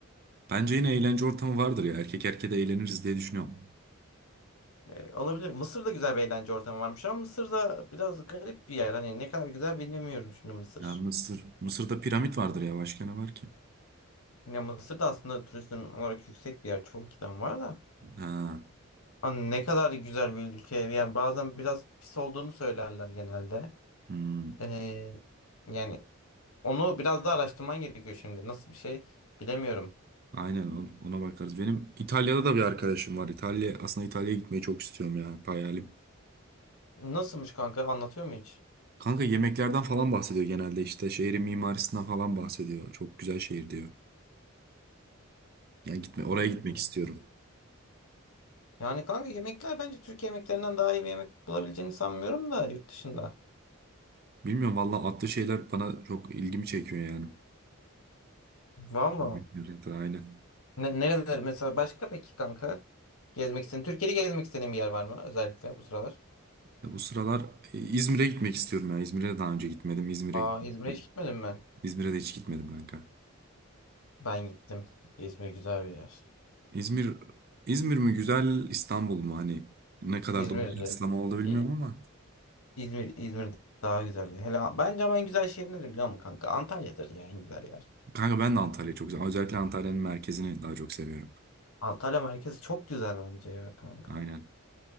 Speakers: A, on the right (about 45°); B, on the left (about 80°).
A: Bence yine eğlence ortamı vardır ya. Erkek erkeğe de eğleniriz diye düşünüyorum.
B: Ee, olabilir. Mısır'da güzel bir eğlence ortamı varmış ama Mısır'da biraz garip bir yer. Hani ne kadar güzel bilmiyorum şimdi Mısır.
A: Ya Mısır Mısır'da piramit vardır ya. Başka ne var ki?
B: Ya Mısır da aslında turizm olarak yüksek bir yer. Çok giden var da.
A: Ha.
B: Hani ne kadar güzel bir ülke. Yani bazen biraz pis olduğunu söylerler genelde.
A: hmm.
B: Ee, yani Onu biraz daha araştırman gerekiyor şimdi. Nasıl bir şey bilemiyorum.
A: Aynen on- ona bakarız. Benim İtalya'da da bir arkadaşım var. İtalya aslında İtalya'ya gitmeyi çok istiyorum ya. Hayalim.
B: Nasılmış kanka anlatıyor mu hiç?
A: Kanka yemeklerden falan bahsediyor genelde işte şehrin mimarisinden falan bahsediyor. Çok güzel şehir diyor. Yani gitme oraya
B: Yani
A: gitmek istiyorum.
B: Yani kanka yemekler bence Türkiye yemeklerinden daha iyi bir yemek bulabileceğini sanmıyorum da yurt dışında.
A: Bilmiyorum valla atlı şeyler bana çok ilgimi çekiyor yani.
B: Valla.
A: Bekliyorum da aynen.
B: Ne, nereler mesela başka peki kanka? Gezmek istediğin, Türkiye'de gezmek istediğin bir yer var mı özellikle bu sıralar?
A: Ya bu sıralar e, İzmir'e gitmek istiyorum ya. İzmir'e daha önce gitmedim. İzmir'e
B: Aa
A: gitmek
B: İzmir'e
A: istiyorum.
B: hiç gitmedin mi?
A: İzmir'e de hiç gitmedim kanka.
B: Ben gittim. İzmir güzel bir yer.
A: İzmir İzmir mi güzel İstanbul mu hani ne kadar
B: İzmir,
A: doğru kıyaslama oldu bilmiyorum
B: İ-
A: ama.
B: İzmir, İzmir daha güzel. ya. Hele bence ama en güzel şehir nedir biliyor musun kanka? Antalya'dır ya en güzel yer.
A: Kanka ben de Antalya'yı çok seviyorum. Özellikle Antalya'nın merkezini daha çok seviyorum.
B: Antalya merkez çok güzel bence ya kanka.
A: Aynen.